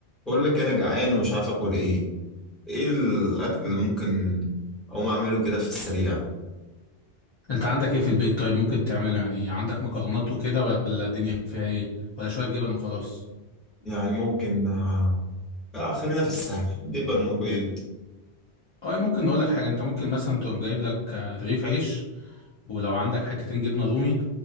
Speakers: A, in the centre; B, on the left.
A: بقول لك انا جعان ومش عارف اكل ايه ايه الاكل اللي ممكن اقوم اعمله كده في السريع
B: انت عندك ايه في البيت طيب ممكن تعمله يعني عندك مكرونات وكده ولا الدنيا فيها ايه ولا شويه جبن وخلاص
A: يعني ممكن آه آه، خلينا في السهل جبن وبيض
B: اه ممكن نقول لك حاجه انت ممكن مثلا تقوم جايب لك آه، رغيف عيش ولو عندك حتتين جبنه رومي